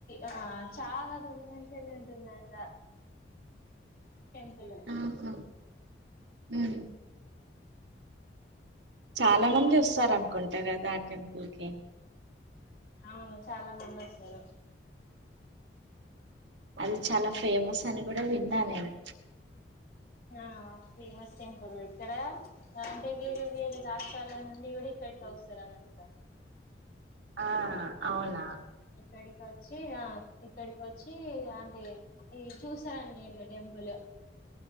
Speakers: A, on the left (about 55°); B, on the right (about 80°).
A: ఆ చాలా రోజు ల నుంచేలి ఉంటుందంట టెంపులు
B: ఆహా ఉ చాలా మంది వస్తారు అనుకుంటా కదా ఆ టెంపుల్ కి
A: అవును చాలా మంది వస్తారు
B: అది చాలా ఫేమస్ అని కూడా విన్నా నేను
A: ఆ ఫేమస్ టెంపుల్ ఇక్కడ అంటే వేరే వేరే రాష్ట్రాల నుండి కూడా ఇక్కడికి వస్తారు అన్నట్గా
B: ఆ అవునా
A: ఇక్కడికి వచ్చి ఆ ఇక్కడికి వచ్చి అంటే అది చూసానండి ఇకడా టెంపుల్